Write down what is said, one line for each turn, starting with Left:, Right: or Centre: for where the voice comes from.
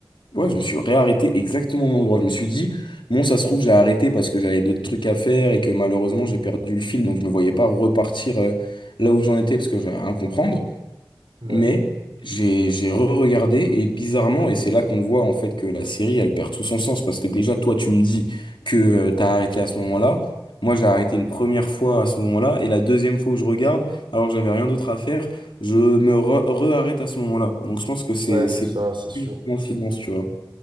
Left: Ouais, je me suis réarrêté exactement au même endroit. Je me suis dit, bon, ça se trouve, j'ai arrêté parce que j'avais d'autres trucs à faire et que malheureusement, j'ai perdu le fil. Donc, je me voyais pas repartir euh, là où j'en étais parce que j'avais rien à comprendre.
Right: Ouais.
Left: Mais j'ai, j'ai re-regardé et bizarrement, et c'est là qu'on voit en fait que la série, elle perd tout son sens parce que déjà, toi, tu me dis que tu t'as arrêté à ce moment-là. Moi, j'ai arrêté une première fois à ce moment-là et la deuxième fois où je regarde, alors que j'avais rien d'autre à faire, je me re- re-arrête à ce moment-là. Donc, je pense que c'est,
Right: Ouais, c'est
Left: c'est
Right: ça, c'est sûr.
Left: une coïncidence, tu vois.